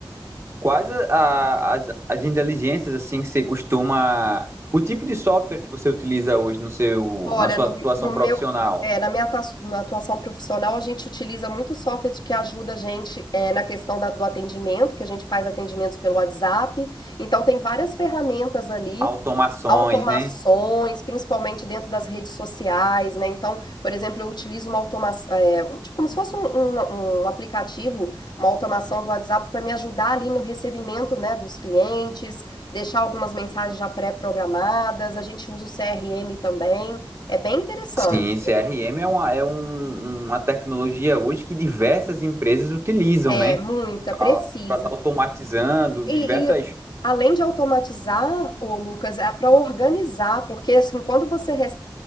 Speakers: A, on the right; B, on the left.
A: Quais a- a- as, as inteligências assim que você costuma, o tipo de software que você utiliza hoje no seu,
B: Olha,
A: na sua
B: no,
A: atuação
B: no meu,
A: profissional?
B: é, na minha atua- na atuação profissional, a gente utiliza muito software que ajuda a gente é, na questão da- do atendimento, que a gente faz atendimentos pelo WhatsApp. Então, tem várias ferramentas ali
A: Automações,
B: Automações,
A: né?
B: principalmente dentro das redes sociais, né, então, por exemplo, eu utilizo uma automaç eh, tipo como se fosse um um um aplicativo, uma automação do WhatsApp para me ajudar ali no recebimento, né, dos clientes, deixar algumas mensagens já pré-programadas, a gente usa o CRM também, é bem interessante.
A: Sim, CRM é uma, é um- uma tecnologia hoje que diversas empresas utilizam,
B: É,
A: né?
B: muita, precisa.
A: Para estar automatizando
B: E
A: diversas.
B: e além de automatizar, ô Lucas, é para organizar, porque assim, quando você